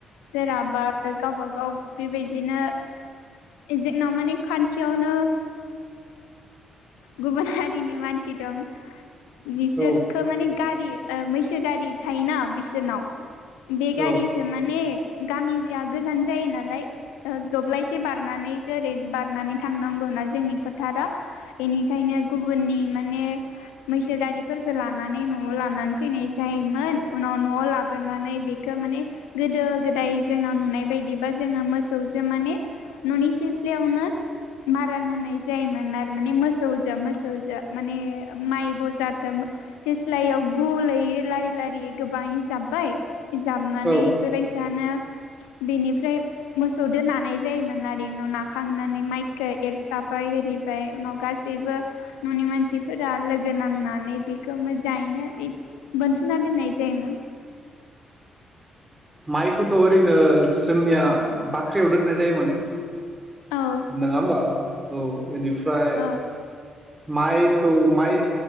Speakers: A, on the left; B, on the right.
A: जेराबा गावबा गाव बेबायदिनो जोंनाव माने खान्थियावनो गुबुन हारिनि मानसि दं बिसोरखो
B: औ
A: माने गारि मैसो गारि थायोना बिसोरनाव बेगारिजो
B: औ
A: माने गामिया गोजान जायो नालाय ओ बारनानैसो ओ बारनानै थांनांगौनाा जोंनि फोथारा बेनिखायनो गुबुननि माने मैसो गारि लानानै न'आव लानानै फैनाय जायोमोन उनाव न'आव लाबोनानै बेखौ माने गोदो गोदाय जोंनाव नुनाय बायदिबा जोङो मोसौजों माने न'नि सिस्लायावनो मारान होनाय जायोमोन आरो माने मोसौजो मोसौजो माने माइ बजाखौ सिस्लायाव गुलैयो लारि लारियै गोबां जाबबाय जाबनानै
B: औ औ
A: बेफोर बायसानो बेनि ओमफ्राय मोसौ दोननानै जायोमोन आरो उनाव नाखांनानै माइखौ एरस्राबाय आरिबाय उनाव गासैबो न'नि मानसिफोरा लोगो नांनानै बेखौ मोजाङैनो बोनथुम <unintelligible> सोना दोननाय जायोमोन।
B: माइखौथ' ओरैनो जोंनिया बाख्रियाव दोननाय जायोमोन।
A: औ
B: नङा होमबा औ इनिफ्राय
A: औ
B: माइखौ माइ